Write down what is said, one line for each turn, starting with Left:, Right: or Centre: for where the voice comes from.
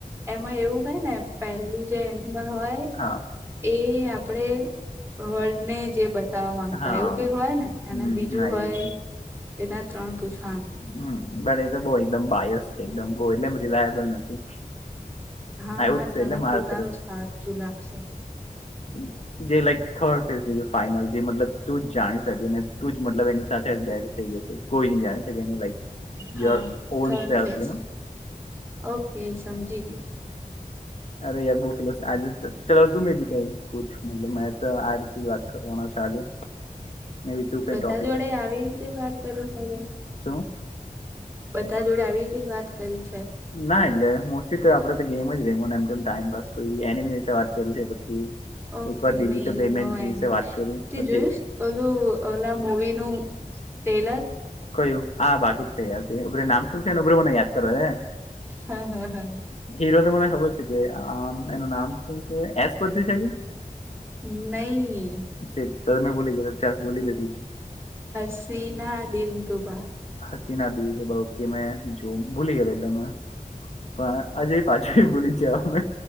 Right: એમાં એવું હો ને પેલું જે એનિમલ હોય
Left: હા
Right: એ આપડે વર્ડ ને જે બ નતાય
Left: હા
Right: એવું કઈક હોય ને
Left: હમ
Right: અને બીજું
Left: હા
Right: હોય
Left: એ રીતે
Right: એના ત્રણ પૂછ.
Left: હમ બટ એ તો બહ એકદમ બાયસ છે એકદમ બહ એટલેમ રિલાયબલ નથી.
Right: હા
Left: આવું
Right: હા
Left: જ છે
Right: તને
Left: એટલે મારા
Right: પોતાનું જ સાું લાગશે
Left: હમ જે લાઈક થર્ડ ફેઝ ફાઈનલ જે મતલબ તું જ જાણી શકે ને તું જ મતલબ એની સાથે ડેડ થઈ જશે કોઈ ન જાણે છે એને લક
Right: હા
Left: on
Right: third
Left: self
Right: face okay સમજીી ગઈ
Left: અરે યાર ભો કલો આજ ચાલ તું બી કઈ પૂછલો તો આ રીતે જ વાત કરવાના છે આજે ને બી તું કઈ
Right: બધા
Left: ટોપિક
Right: જોડે આવી રીતે વાત કરી શે
Left: સો
Right: બધા જોડે આવી રીતે જ વાત કરી છે
Left: ના એટલે મોસ્ટલી તો આપડે તો ગેમ જ રેમ ને એમ ટાઈમપ એમી વિ વાત કરી છે પછી
Right: ઓકે
Left: એક વાર ડિજિટલ
Right: નહી
Left: પેમેન્ટ
Right: નો
Left: વિશે
Right: એન્ડ
Left: વાત કરી
Right: તે
Left: પછી.
Right: જોયું ઓલું ઓલા મવી નું લર.
Left: કયું આ બાકી જ છે યાારથી ઉર નામ શું છે ને ઉભર મને યાદ કરવા ને.
Right: હા હા હા.
Left: હીરો તો મને ખબર છે કે આમ એનું નામ શું છે એસ પરથી.
Right: નહી.
Left: સે ત મેં બોલી ગયા ચાર બોલીને તું.
Right: હસી ના દલ તુબા.
Left: હસીના દ કે મેં જો ભૂલી ગયા એટલે મે. પણ આજે પાછું ભૂલી છે અમે.